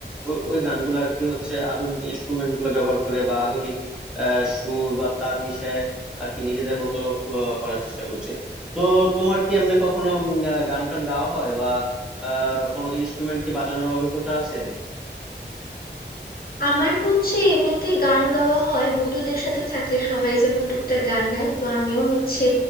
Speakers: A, in the centre; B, on the left.
A: ওই ওই গানগুলো আর কি হচ্ছে আধুনিক ইনস্ট্রুমেন্ট গুলা ব্যবহার করে বা আধুনিক আহ, সুর বা তাল মিশায় আর কি নিজেদের মতো আহ, করার চেষ্টা করছে তো তোমার কি এমনি কখনো উম, আহ, গান টান গাওয়া হয় বা আহ কোনো ইনস্ট্রুমেন্ট কি বাজানোর অভিজ্ঞতা আছে
B: আমার হচ্ছে এমনিতে গান গাওয়া হয় বন্ধুদের সাথে থাকলে সবাই যেমন টুকটাক গান গায় তো আমিও হচ্ছে